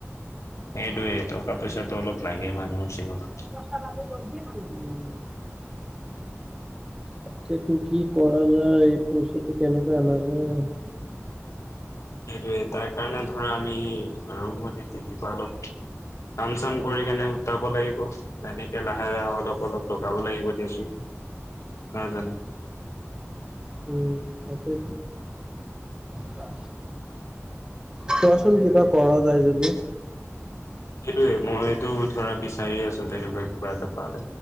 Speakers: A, on the left; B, on the right.
A: সেই দুয়ে এটকা পইচাটো অলপ লাগে মানুহৰ জীৱনত
B: <unintelligible> তাকেতো কি কৰা যায় এই পইচাটো কেনেকৈ অনা যায়
A: সেইটোৱে তাৰ কাৰণে ধৰা আমি আৰম্ভণিতে কিবা অলপ কাম চাম কৰি কেনে গোটাব লাগিব, তেনেকে লাহে -লাহে অলপ অলপ লগাব লাগিব। দিয়া চোন, নহয় জানো
B: উম তাকে তো কোৱাচোন কিবা কৰা যায় যদি?
A: সেইটোয়ে মইতো ধৰা বিচাৰি আছো তেনেকুৱা কিবা এটা। পালে